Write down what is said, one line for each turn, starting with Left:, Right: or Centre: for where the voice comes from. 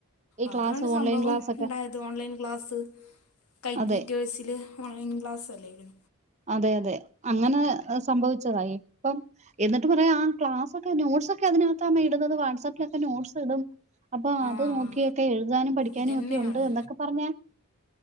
Right: ഈ
Left: അതാണ്
Right: ക്ലാസ്
Left: സംഭവം
Right: ഓൺലൈൻ ക്ലാസ് ഒക്കെ
Left: ണ്ടായത് ഓൺലൈൻ ക്ലാസ് കൈറ്റ്
Right: അതെ
Left: വിറ്റേഴ്സില് ഓൺലെയിൻ ക്ലാസ്സല്ലേഞോ
Right: അതെ അതെ അങ്ങനെ സംഭവിച്ചതാ ഇപ്പം എന്നിട്ട് പറയാ ആഹ് ക്ലാസൊക്കെ നോട്സൊക്കെ അതിനകത്താമ്മെ ഇടുന്നത് വാട്സപ്പിലൊക്കെ നോട്സ് ഇടും അപ്പൊ അത്
Left: ആഹ്
Right: നോക്കിയക്കെ എഴുതാനും പഠിക്കാനും
Left: ഇതന്നെയാണ്
Right: ഒക്കെ ഉണ്ട് എന്തൊക്കെ പറഞ്ഞാ